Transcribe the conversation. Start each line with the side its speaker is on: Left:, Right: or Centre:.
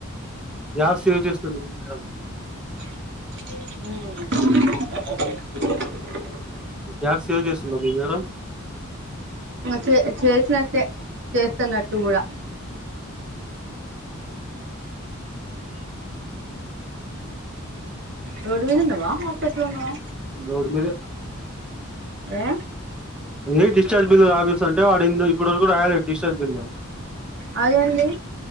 Centre: గ్యాస్ సేవ్ చేస్తుంది మీ మేడం
Right: ఉ
Centre: గ్యాస్ సేవ్ చేస్తుందా మీ మేడం
Right: చే చేసినట్టే చేస్తున్నట్టు కూడా రోడ్ మీద ఉన్నవా హస్పిటల ఉన్నావా
Centre: రోడు మీదే
Right: ఎ
Centre: ఏ డిశ్చార్జ్ బిల్లు రాపిస్తంటే వాడు ఏందో ఇప్పటి వరకు రాయాలిదు డిశ్చార్జ్ బిల్లు
Right: అది అండి